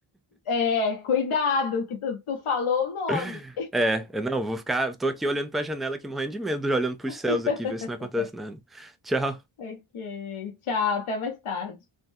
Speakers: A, on the left; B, in the centre.
A: É, cuidado, que tu, tu falou o nome.
B: <laughs> É, eu não, vou ficar, tô aqui olhando pra janela aqui morrendo de medo, já olhando pros
A: <laughs>
B: céus aqui, ver se não acontece nada. Tchau.
A: Ok, tchau, até mais tarde.